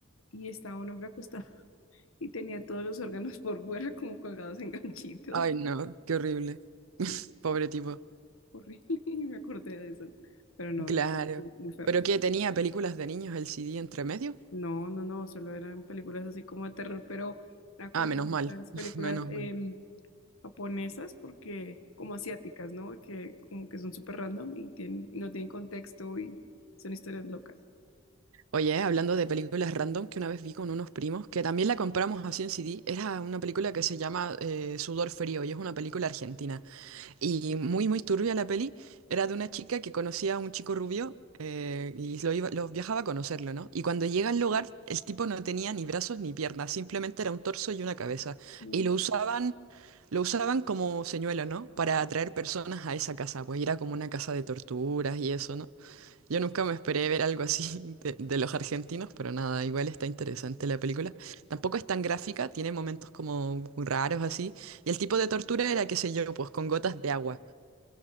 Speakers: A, on the left (about 80°); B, on the right (about 85°).
A: y estaba un hombre acostado <laughs> y tenía todos los órganos por fuera como colgados en ganchitos.
B: Ay, no, qué horrible.
A: Sí,
B: <laughs> Pobre tipo.
A: horrible, <laughs> y me acordé de eso, pero no,
B: Claro.
A: no, muy feo.
B: ¿Pero qué? ¿Tenía películas de niños el CD entre medio?
A: No, no, no, solo eran películas así como de terror, pero era como
B: Ah, menos mal.
A: esas películas,
B: <laughs> Menos
A: em,
B: mal.
A: japonesas, porque como asiáticas, ¿no? Que como que son súper random y, tienen, y no tienen contexto y son historias locas.
B: Oye, hablando de películas random que una vez vi con unos primos, que también la compramos así en CD, era una película que se llama eh, Sudor Frío y es una película argentina. Y muy, muy turbia la peli. Era de una chica que conocía a un chico rubio eh, y lo iba, lo viajaba a conocerlo, ¿no? Y cuando llega al lugar, el tipo no tenía ni brazos ni piernas, simplemente era un torso y una cabeza.
A: No,
B: Y lo usaban, lo usaban como señuelo, ¿no? Para atraer personas a esa casa, pues era como una casa de torturas y eso, ¿no? Yo nunca me esperé ver algo así <laughs> de, de los argentinos, pero nada, igual está interesante la película. Tampoco es tan gráfica, tiene momentos como muy raros así. Y el tipo de tortura era, qué sé yo, pues con gotas de agua,